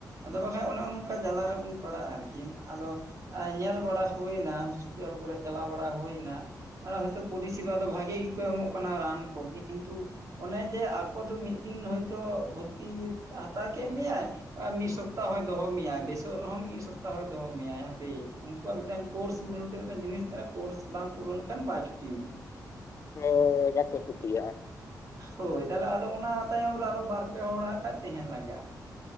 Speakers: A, on the right (about 50°); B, on the left (about 45°).
A: ᱟᱫᱚ ᱵᱟᱠᱷᱟᱡ ᱚᱱᱮ ᱱᱚᱝᱠᱟ ᱡᱟᱞᱟ ᱨᱮᱵᱚᱱ ᱯᱟᱲᱟᱜᱼᱟ ᱟᱨᱠᱤ ᱟᱫᱚ ᱧᱮᱞ ᱵᱟᱲᱟ ᱦᱩᱭᱱᱟ ᱦᱚᱥᱯᱤᱴᱟᱞ ᱠᱚᱨᱮ ᱪᱟᱞᱟᱣ ᱵᱟᱲᱟ ᱦᱩᱭᱱᱟ᱾ ᱟᱨ ᱦᱚᱭᱛᱚ ᱯᱚᱨᱤᱥᱮᱵᱟ ᱫᱚ ᱵᱷᱟᱜᱮ ᱜᱮᱠᱚ ᱮᱢᱚᱜ ᱠᱟᱱᱟ ᱨᱟᱱ ᱠᱚ ᱠᱤᱱᱛᱩ ᱚᱱᱮ ᱡᱮ ᱟᱠᱚ ᱫᱚ ᱢᱤᱫ ᱫᱤᱱ ᱦᱚᱭᱛᱳ ᱵᱷᱚᱨᱛᱤ ᱦᱟᱛᱟᱣ ᱠᱮᱫ ᱢᱮᱭᱟᱭ ᱢᱤᱫ ᱥᱚᱯᱛᱟᱦᱚᱭ ᱫᱚᱦᱚ ᱢᱮᱟᱭ ᱵᱮᱥᱚᱜ ᱨᱮᱦᱚᱸ ᱢᱤᱫ ᱥᱚᱯᱛᱟᱦᱚᱭᱭ ᱫᱚᱦᱚ ᱢᱮᱭᱟᱭ ᱦᱟᱯᱮ ᱩᱱᱠᱩᱣᱟᱜ ᱢᱤᱫᱴᱟᱝ ᱠᱳᱨᱥ ᱢᱤᱫᱴᱮᱱ ᱡᱤᱱᱤᱥ ᱛᱟᱦᱮᱱᱟ ᱠᱳᱨᱥ ᱵᱟᱝ ᱯᱩᱨᱟᱹ ᱞᱮᱱᱠᱷᱟᱱ ᱵᱟᱭ ᱪᱷᱩᱴᱤ ᱢᱮᱭᱟ᱾
B: ᱚ ᱵᱟᱠᱚ ᱪᱷᱩᱴᱤᱭᱟ
A: ᱦᱳᱭ ᱛᱟᱦᱚᱞᱮ ᱟᱫᱚ ᱚᱱᱟ ᱛᱟᱭᱚᱢ ᱨᱮ ᱟᱨᱚ ᱵᱟᱨ ᱯᱮ ᱦᱚᱲ ᱦᱟᱜ ᱠᱷᱟᱡ ᱛᱟᱦᱮᱱ ᱞᱟᱜᱟᱜᱼᱟ᱾